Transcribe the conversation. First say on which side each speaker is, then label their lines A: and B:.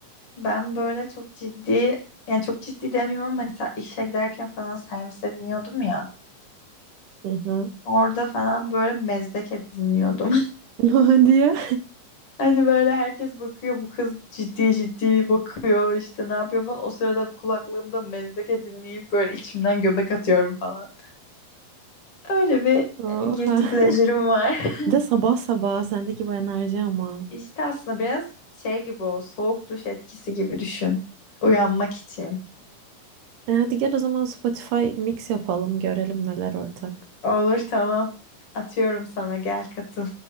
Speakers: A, on the left; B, on the right.
A: ben böyle çok ciddi yani çok ciddi demeyeyim ama mesela işe giderken falan servise biniyordum ya.
B: Hı hı.
A: Orada falan böyle Mezdeke dinliyordum.
B: <laughs> Ne diyor?
A: Hani böyle herkes bakıyor bu kız ciddi ciddi bakıyor işte ne yapıyor falan. O sırada kulaklığımda Mezdeke dinleyip böyle içimden göbek atıyorum falan. Öyle bir
B: <laughs> Oha.
A: yani guilty pleasure'ım
B: <laughs>
A: var. <laughs>
B: Bir De sabah sabah sendeki bu enerji ama.
A: İşte aslında biraz şey gibi o soğuk duş etkisi gibi düşün. Uyanmak için.
B: E hadi gel o zaman Spotify mix yapalım görelim neler ortak.
A: Olur tamam. Atıyorum sana gel katıl.